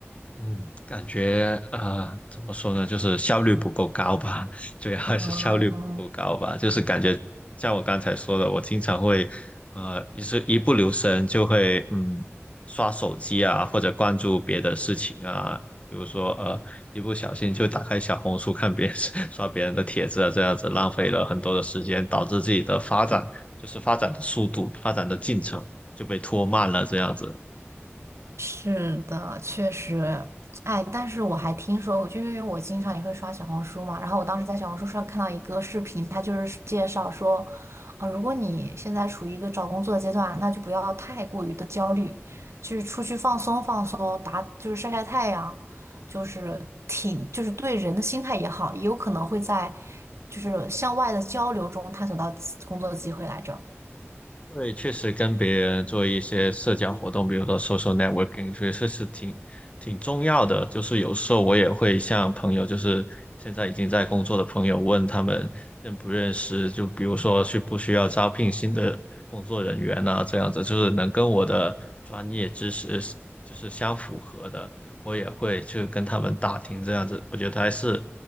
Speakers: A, on the left; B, on the right.
A: 嗯，感觉呃，怎么说呢，就是效率不够高吧，<laughs> 主要还是效率不够高吧，
B: 嗯，
A: 就是感觉像我刚才说的，我经常会呃，也是一不留神就会嗯刷手机啊，或者关注别的事情啊，比如说呃，一不小心就打开小红书看别人 <laughs> 刷别人的帖子啊，这样子浪费了很多的时间，导致自己的发展就是发展的速度、发展的进程就被拖慢了，这样子。
B: 是的，确实，哎，但是我还听说，就因为我经常也会刷小红书嘛，然后我当时在小红书上看到一个视频，它就是介绍说，啊、如果你现在处于一个找工作的阶段，那就不要太过于的焦虑，就是出去放松放松，打就是晒晒太阳，就是挺就是对人的心态也好，也有可能会在就是向外的交流中探索到工作的机会来着。
A: 对，确实跟别人做一些社交活动，比如说 social networking，所以这是挺挺重要的。就是有时候我也会向朋友，就是现在已经在工作的朋友，问他们认不认识，就比如说需不需要招聘新的工作人员啊，这样子，就是能跟我的专业知识就是相符合的。我也会去跟他们打听这样子，我觉得还是